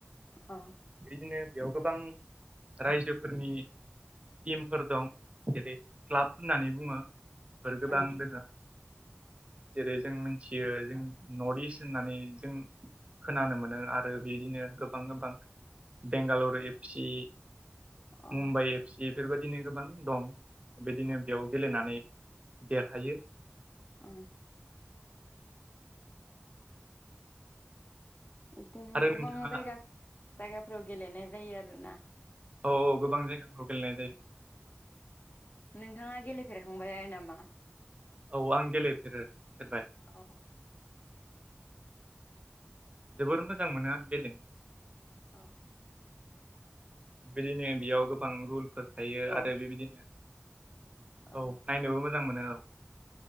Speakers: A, on the left; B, on the right.
A: अ
B: बिदिनो बेयाव गोबां रायजोफोरनि टिमफोर दं जेरै क्लाब होननानै बुङो बे गोबां
A: अ
B: दङो। जेरै जों मिथियो जों नर्थ इस्ट होननानै जों खोनानो मोनो आरो बिदिनो गोबां गोबां बेंगालरु एफ सि
A: अ
B: मुम्बाइ एफ सि बेफोरबायदिनो गोबां दं बे बिदिनो बेयाव गेलेनानै देरहायो।
A: औ बिदिनो
B: आरो
A: गोबां
B: नोंथाङा
A: जायगा जायगाफोराव गेलेनाय जायो आरोना।
B: औ औ गोबां जायगाफ्राव गेलेनाय जायो
A: नोंथाङा गेलेफेरखांबाय नामा?
B: औ आं गेलेफेरो फेरबाय
A: अ
B: जोबोर मोजां मोनो आं गेलेनो।
A: अ।
B: बेदिनो बेयाव गोबां रुलफोर थायो
A: औ
B: आरो बेबायदिनो
A: अ
B: औ नायनोबो मोजां मोनो औ